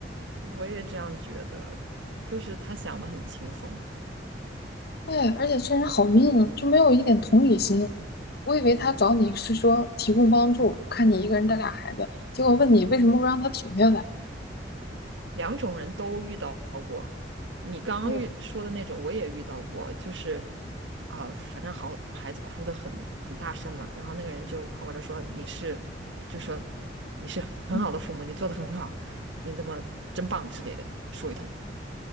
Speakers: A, on the right; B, on the left.
A: 我也这样觉得，就是他想的很轻松。
B: 对，而且这人好命 e 就没有一点同理心。我以为他找你是说提供帮助，看你一个人带俩孩子，结果问你为什么不让他停下来。
A: 两种人都遇到过，你刚刚遇说的那种我也遇到过，
B: 嗯
A: 就是啊、反正好孩子哭的很很大声嘛，然后那个人就跑过来说你是，就说你是很好的父母，
B: 嗯
A: 你做的很好，你那么真棒之类的说一通。